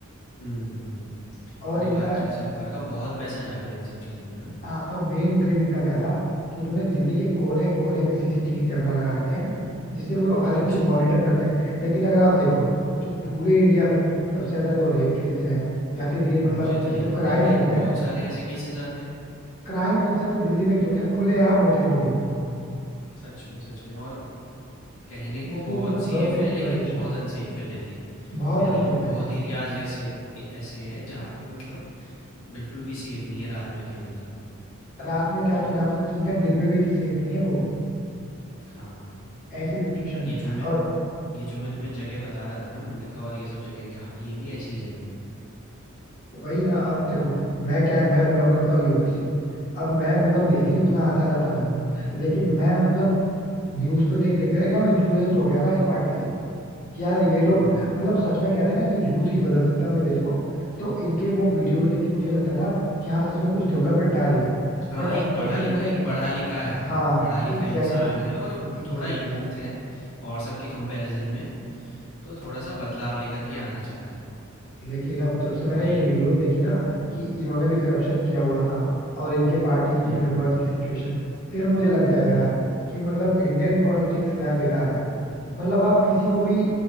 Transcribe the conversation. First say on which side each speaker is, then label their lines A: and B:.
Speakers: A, on the left; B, on the left.
A: हुँ, हुँ।
B: और
A: ये
B: इनका
A: बात तो है सरकार का बहुत पैसा जा रहा है इन सब चीज़ों में ना?
B: हाँ, अब मेन क्लेम इनका क्या था कि इन्होंने दिल्ली के कोने कोने पे सीसीटीवी कैमरा लगा रखे हैं जिससे वो लोग हर
A: अच्छा।
B: एक चीज मॉनिटर करते हैं लेकिन अगर आप देखो तो पूरे इंडिया में सबसे ज्यादा जो रेप केसेस हैं या फिर ये मतलब
A: मुझे तो
B: ये
A: नहीं
B: जो
A: लगता
B: क्राइम्स
A: भाई
B: होते हैं
A: बहुत सारे ऐसे केसेस आते हैं
B: क्राइम सबसे ज्यादा दिल्ली में ही तो होता है खुलेआम होते हैं वो भी
A: सच में सच में और कहने
B: स्पेशली
A: को बहुत
B: मतलब
A: सेफ
B: गर्ल्स एक्सप्लॉयटेशन
A: है लेकिन बहुत अनसेफ है दिल्ली
B: बहुत
A: दिल्ली
B: अनसेफ
A: में बहुत
B: है
A: एरियाज ऐसे ऐसे हैं जहाँ पे मतलब बिल्कुल भी सेफ नहीं है रात में अकेले जाना
B: रात में क्या
A: तो
B: तो रात में ठीक है दिन में भी सेफ नहीं है वो
A: हाँ
B: ऐसी सिचुएशन
A: ये जो
B: है
A: मैं
B: और
A: ये जो मैं तुम्हें जगह बता रहा था ना मुंडका और ये सब जगह ये ये भी ऐसी ही जगह है
B: वही ना अब देखो मैं क्या मैं बिलोंग करता हूँ यूपी से हूँ अब मैं मतलब दिल्ली
A: हम्म
B: उतना आता जाता नहीं हूँ लेकिन मैं मतलब न्यूज पे देख देख के एकदम इन्फ्लुएंस हो गया था इस पार्टी से कि यार ये लोग
A: हम्म हम्म हम्म।
B: मतलब सच में कहते हैं ना कि यूथ ही बदल सकता है अपने देश को तो इनके वो वीडियोस देख के मुझे लगता था कि हाँ सच में कुछ डेवलपमेंट आ रही है
A: हाँ
B: बट अब
A: एक पढ़ा
B: जब से
A: लिखा
B: मैंने
A: एक पढ़ा लिखा है
B: हाँ
A: पढ़ा लिखा
B: एग्जैक्टली
A: इंसान
B: exactly,
A: है और
B: एग्जैक्टली
A: थोड़ा यूथ
B: exactly.
A: है और सबके कंपैरिजन में तो थोड़ा-सा बदलाव लेकर के आना चाहता है,
B: लेकिन अब जब
A: लेकिन
B: से मैंने
A: वही
B: ये वीडियोस
A: है।
B: देखी ना
A: हुँ,
B: कि इन्होंने भी करप्शन किया हुआ था और इनके पार्टी के
A: हुँ,
B: मेंबर्स की सिचुएशन फिर मुझे लग गया यार
A: हुँ,
B: कि मतलब इंडियन पॉलिटिक्स यार बेकार है मतलब आप किसी को भी